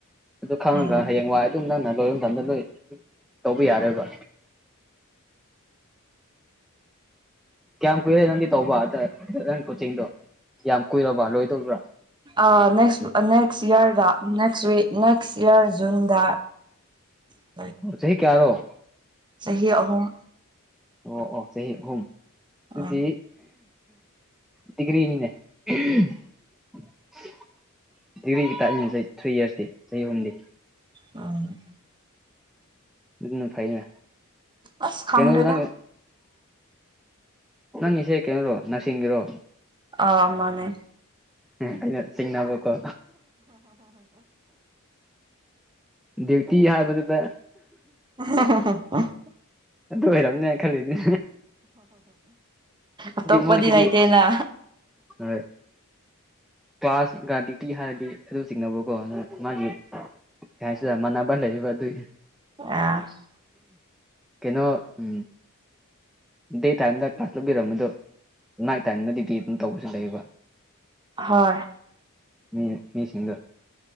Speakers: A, in the centre; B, on the right.
A: ꯑꯗꯨ ꯈꯪꯉꯒ
B: ꯎꯝ
A: ꯍꯌꯦꯡ ꯋꯥꯏ ꯑꯗꯨꯝ ꯅꯪꯅ ꯂꯣꯏꯕ ꯃꯇꯝꯗ ꯂꯣꯏ ꯇꯧꯕ ꯌꯥꯔꯦꯕ ꯀꯌꯥꯝ ꯀꯨꯏꯔꯦ ꯅꯪꯗꯤ ꯇꯧꯕ ꯑꯗ ꯅꯪ ꯀꯣꯆꯤꯡꯗꯣ ꯌꯥꯝ ꯀꯨꯏꯔꯕ ꯂꯣꯏꯗꯧꯕ꯭ꯔꯥ
B: ꯑꯥ ꯅꯦꯛꯁ ꯅꯦꯛꯁ ꯏꯌꯔꯗ ꯅꯦꯛꯁ ꯋꯤꯛ ꯅꯦꯛꯁ ꯏꯌꯔ ꯖꯨꯟꯗ ꯎꯝ
A: ꯑꯣ ꯆꯍꯤ ꯀꯌꯥꯔꯣ
B: ꯆꯍꯤ ꯑꯍꯨꯝ
A: ꯑꯣ ꯑꯣ ꯆꯍꯤ ꯑꯍꯨꯝ ꯑꯗꯨꯗꯤ
B: ꯎꯝ
A: ꯗꯤꯒ꯭ꯔꯤꯅꯤꯅꯦ ꯗꯤꯒ꯭ꯔꯤ <unintelligible> ꯊ꯭ꯔꯤ ꯏꯌꯔꯁꯅꯦ ꯆꯍꯤ ꯑꯍꯨꯝꯅꯤ
B: ꯎꯝ
A: ꯑꯗꯨꯅ ꯐꯥꯏꯅꯦ
B: ꯑꯁ ꯈꯪꯗ꯭ꯔꯦꯗ
A: ꯀꯩꯅꯣ ꯅꯪ ꯅꯪꯒꯤꯁꯦ ꯀꯩꯅꯣꯔꯣ ꯅꯁꯤꯡꯒꯤꯔꯣ
B: ꯑꯥ ꯃꯥꯅꯦ
A: ꯑꯩꯅꯥ ꯆꯤꯡꯅꯥꯕꯀꯣ ꯗ꯭ꯌꯨꯇꯤ ꯍꯥꯏꯕꯗꯨꯗꯥ
B: <unintelligible>
A: ꯑꯗꯨ ꯑꯣꯏꯔꯝꯅꯦ ꯈꯜꯂꯤꯅꯦ
B: ꯑꯇꯣꯞꯄꯗꯤ
A: ꯃꯣꯏꯁꯤꯗꯤ
B: ꯂꯩꯇꯦꯗ
A: ꯍꯣꯏ ꯀ꯭ꯂꯥꯁꯀꯥ ꯗ꯭ꯌꯨꯇꯤ ꯍꯥꯏꯕꯗꯨꯒꯤ ꯑꯗꯨ ꯆꯤꯡꯅꯥꯕꯥꯀꯣ ꯃꯥꯒꯤ ꯀꯩꯍꯥꯏꯁꯤꯔꯥ ꯃꯥꯟꯅꯕ ꯂꯩꯕ ꯑꯗꯨꯒꯤ
B: <unintelligible>
A: ꯀꯩꯅꯣ ꯎꯝ ꯗꯦ ꯇꯥꯏꯝꯗ ꯀ꯭ꯂꯥꯁ ꯂꯧꯕꯤꯔꯝꯕꯗꯣ ꯅꯥꯏꯠ ꯇꯥꯏꯝꯗꯥꯗꯤ <unintelligible> ꯑꯗꯨꯝ ꯇꯧꯕꯁꯨ ꯂꯩꯌꯦꯕꯥ
B: ꯍꯣꯏ
A: ꯃꯤ ꯃꯤꯁꯤꯡꯗ